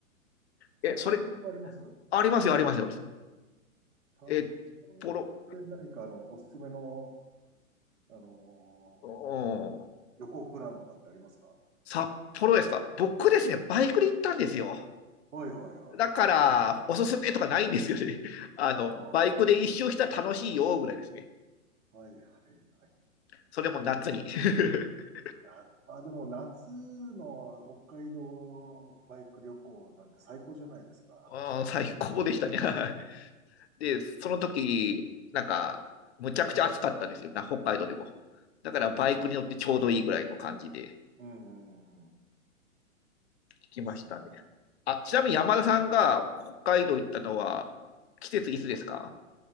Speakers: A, on the left; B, on the right.
A: え、
B: 札幌行ったことあります
A: それ、ありますよ、ありますよ。
B: 札幌で何かあの、
A: え、ポロ、
B: おすすめの、あのー
A: うん、
B: 旅行プランとかってありますか
A: 札幌ですか僕ですね、
B: はい、
A: バイクで行ったんですよ。
B: はい、はいはい。
A: だから、おすすめとかないんですよね。<laughs> あの、
B: あー
A: バイクで一周したら楽しいよ、ぐらいですね。
B: はい、はい、はい。
A: それも夏に <laughs>。
B: あ、あ、でも夏の北海道バイク旅行なんて最高じゃないですか。
A: うん最高でしたね <laughs>。で、その時、なんか、むちゃくちゃ暑かったんですよな、北海道でも。だからバイクに乗ってちょうどいいぐらいの感じで
B: うん、うん、うん
A: 聞きましたね。
B: ですね。
A: あ、ちなみに山田さんが北海道行ったのは、
B: はい
A: 季節いつですか